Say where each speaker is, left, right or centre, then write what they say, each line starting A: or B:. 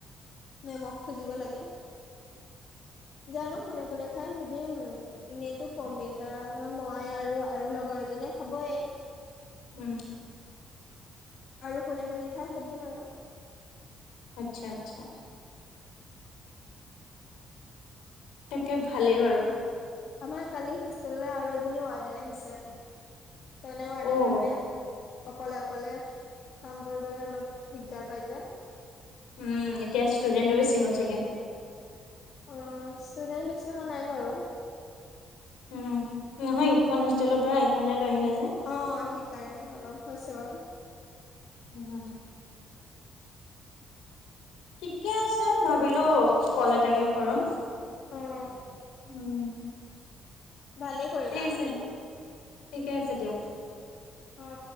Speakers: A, on the left; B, on the left.
A: মেমক খুজিব লাগে। জানো কোনে-কোনে খাই সুধিম এনেইতো প্ৰমিলা মই আৰু -আৰু লগৰ এজনীয়ে খাবয়ে।
B: উম।
A: আৰু কোনে-কোনে খাই সুধিম আৰু।
B: আচ্ছা-আচ্ছা, তাকে ভালেই বাৰু।
A: আমাৰ কালি হোষ্টেললৈ আৰু এজনী ৱাৰ্ডেন আহিছে। এনেও ৱাৰ্ডেন
B: অ',
A: মেমে অকলে-অকলে কাম কৰিবলৈ অলপ দিগদাৰ পাই যে।
B: উম, এতিয়া ষ্টুডেন্টটো বেছি। হ চাগে।
A: অ ষ্টুডেন্ট বেছি হোৱা নাই বাৰু।
B: উম নহয়, ইখন হোষ্টেলৰ পৰা এইখনলৈ লৈ আহিলা যে
A: অ সেইকাৰণে অলপ হৈছে বাৰু।
B: উ- উ - উ <unintelligible> ঠিকে আছে, ভাবিলো কল এটাকে কৰো।
A: অ',
B: উম।
A: ভালে কৰিলা।
B: ঠিক আছে। ঠিকে আছে দিয়া।
A: অ'।